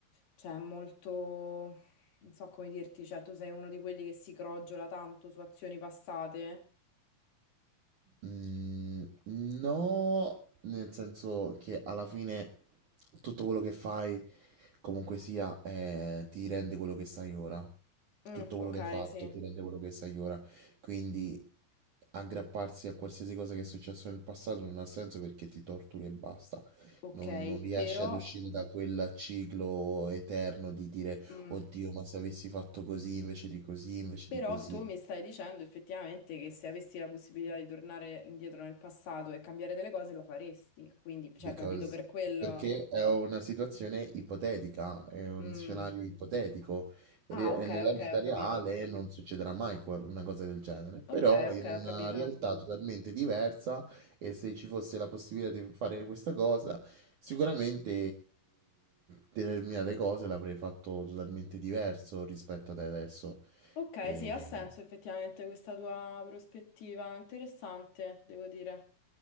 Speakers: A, on the left (about 55°); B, on the right (about 60°).
A: cioè, è molto, non so come dirti, cioè, tu sei uno di quelli che si crogiola tanto su azioni passate.
B: Mm, no, nel senso che alla fine tutto quello che fai, comunque sia, eh, ti rende quello che sai ora.
A: Mm,
B: Tutto quello
A: ok,
B: che hai fatto
A: sì.
B: ti rende quello che sai ora. Quindi aggrapparsi a qualsiasi cosa che è successo nel passato non ha senso perché ti torturi e basta.
A: Ok,
B: Non, non riesci
A: però,
B: ad uscire da quel ciclo eterno di dire,
A: mm,
B: oddio, ma se avessi fatto così invece di così, invece
A: però
B: di così.
A: tu mi stai dicendo effettivamente che se avessi la possibilità di tornare indietro nel passato e cambiare delle cose lo faresti. Quindi, cioè,
B: Because,
A: capito per quello.
B: perché è una situazione ipotetica, è un
A: Mm.
B: scenario ipotetico. Re-
A: Ah, ok,
B: e Nella
A: ok,
B: vita
A: ho
B: reale
A: capito.
B: non succederà mai que- una cosa del genere, però
A: Ok,
B: in
A: ok,
B: una
A: ho capito.
B: realtà totalmente diversa e se ci fosse la possibilità di fare questa cosa, sicuramente determinate cose l'avrei fatto totalmente diverso rispetto ad adesso.
A: Ok,
B: E...
A: sì, ha senso effettivamente questa tua prospettiva. Interessante, devo dire.